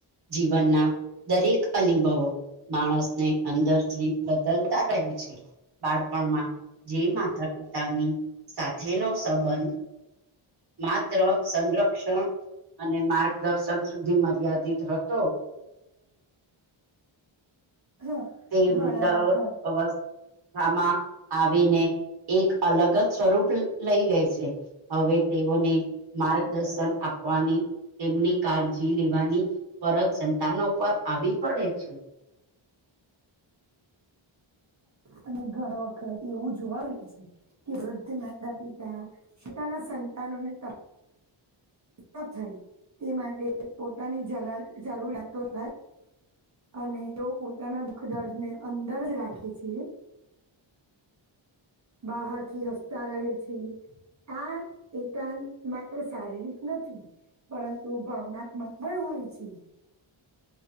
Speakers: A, on the right; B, on the right.
A: જીવનના દરેક અનુભવો માણસને અંદરથી બદલતા રહે છે. બાળપણમાં જે માતા પિતાની સાથેનો સંબંધ માત્ર સંરક્ષણ અને માર્ગદર્શન સુધી મર્યાદિત હતો.
B: હા
A: તે વૃદ્ધા
B: ઘણા વખત
A: અવસ્થા અવસ્થામાં આવીને એક અલગ જ સ્વરૂપ લઈ લે છે. હવે તેઓને માર્ગદર્શન આપવાની. તેમની કાળજી લેવાની ફરત સંતાનો પર આવી પડે છે.
B: અને ઘણ વખત એવું જોવા મળે છે. કે વૃદ્ધ માતા પિતા પોતાના સંતાનોને થાય તે માટે પોતાની જરૂરતો અને એઓ પોતાના દુઃખ દર્દ ને અંદર જ રાખે છીએ. <inaudible> બહારથી હસતા રહે છે આ એકાંત માત્ર સારી નથી પરંતુ ભાવનાત્મક પણ હોય છે.